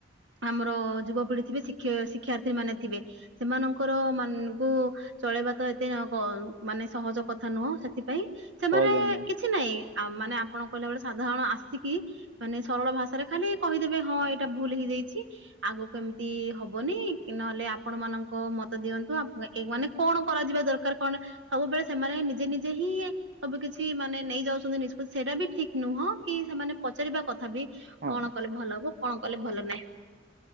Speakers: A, on the right; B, on the right.
A: ଆମର ଯୁବପିଢ଼ି ଥିବେ ଶିକ୍ଷା ଶିକ୍ଷାର୍ଥୀ ମାନେ ଥିବେ ସେମାନଙ୍କର ମାନଙ୍କୁ ଚଳେଇବା ତ ଏତେ ବନ ମାନେ ସହଜ କଥା ନୁହଁ ସେଥିପାଇଁ ସେମାନେ
B: ସହଜ ନୁହଁ
A: କିଛି ନାଇଁ। ଆ ମାନେ ଆପଣ କହିଲା ବେଳେ ସାଧାରଣ ଆସିକି ମାନେ ସରଳ ଭାଷାରେ ଖାଲି କହିଦେବେ ହଁ ଏଇଟା ଭୁଲ ହେଇଯା କିଛି ଆଗକୁ ସେମିତି ହବନି। କି ନହେଲେ ଆପଣ ମାନଙ୍କ ମତ ଦିଅନ୍ତୁ ମାନେ କଣ କରାଯିବା ଦରକାର। କଣ ସବୁବେଳେ ସେମାନେ ନିଜେ ନିଜେ ହିଁ ସବୁ କିଛି ମାନେ ନେଇଯାଉଛନ୍ତି ନିଷ୍ପତ୍ତି ସେଇଟା ବି ଠିକ ନୁହଁ। ନୁହଁ କି ସେମାନେ ପଚାରିବା କଥା ବି
B: ହଁ
A: କଣ କଲେ ଭଲ ହବ କଣ କଲେ ଭଲ ନାହିଁ।